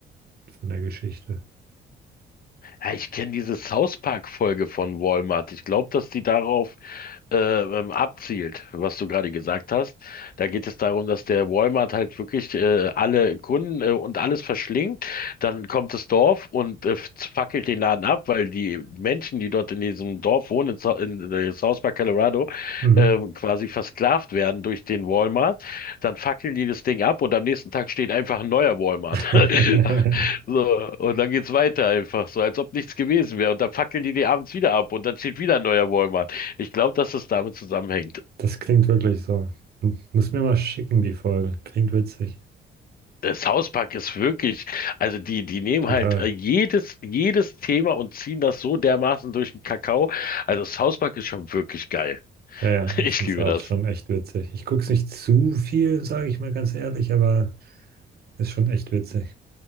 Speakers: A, on the right; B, on the left.
A: von der Geschichte.
B: Ja, ich kenne diese South Park-Folge von Walmart. Ich glaube, dass die darauf äh, ähm, abzielt, was du gerade gesagt hast. Da geht es darum, dass der Walmart halt wirklich äh, alle Kunden äh, und alles verschlingt. Dann kommt das Dorf und äh, fackelt den Laden ab, weil die Menschen, die dort in diesem Dorf wohnen, in, Sa- in äh, South Park, Colorado,
A: Mhm.
B: äh, quasi versklavt werden durch den Walmart. Dann fackeln die das Ding ab und am nächsten Tag steht einfach ein neuer Walmart.
A: <laughs>
B: <laughs> So, und dann geht's weiter einfach, so als ob nichts gewesen wäre. Und dann fackeln die die abends wieder ab und dann steht wieder ein neuer Walmart. Ich glaube, dass es damit zusammenhängt.
A: Das klingt wirklich so. Hm, Muss mir mal schicken, die Folge. Klingt witzig.
B: Der South Park ist wirklich, also die, die nehmen
A: Total.
B: halt äh, jedes, jedes Thema und ziehen das so dermaßen durch den Kakao. Also South Park ist schon wirklich geil.
A: Ja, ja,
B: <laughs> Ich
A: ich finde
B: liebe
A: es auch
B: das.
A: schon echt witzig. Ich gucke es nicht zu viel, sage ich mal ganz ehrlich, aber. Ist schon echt witzig.